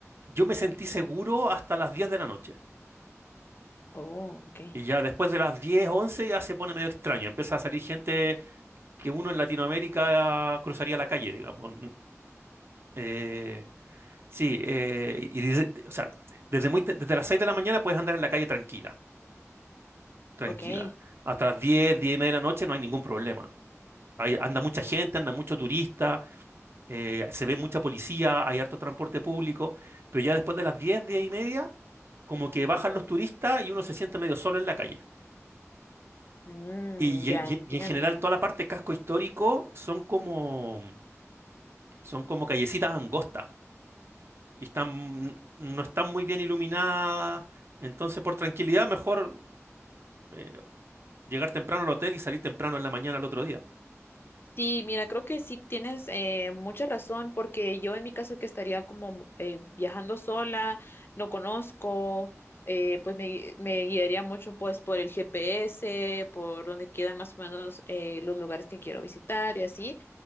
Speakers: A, on the right; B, on the left.
A: yo me sentí seguro hasta las 10 de la noche.
B: Oh, ok,
A: Y ya después de las 10 11 ya se pone medio extraño. Empieza a salir gente que uno en Latinoamérica cruzaría la calle, digamos. Eh, Sí, eh, y desde, o sea, desde muy, te- desde las 6 de la mañana puedes andar en la calle tranquila, tranquila.
B: ok.
A: Hasta las 10, 10 y media de la noche no hay ningún problema. Hay- anda mucha gente, anda mucho turista, eh, se ve mucha policía, hay harto transporte público, pero ya después de las 10, 10 y media, como que bajan los turistas y uno se siente medio solo en la calle.
B: Mm,
A: Y,
B: ya
A: y-
B: entiendo.
A: y- y en general toda la parte casco histórico son como, son como callecitas angostas. y están, no están muy bien iluminadas. Entonces, por tranquilidad, mejor eh, llegar temprano al hotel y salir temprano en la mañana al otro día.
B: Sí, mira, creo que sí tienes eh, mucha razón porque yo en mi caso que estaría como eh, viajando sola, no conozco, eh, pues me, me guiaría mucho pues por el GPS, por donde quedan más o menos eh, los lugares que quiero visitar y así.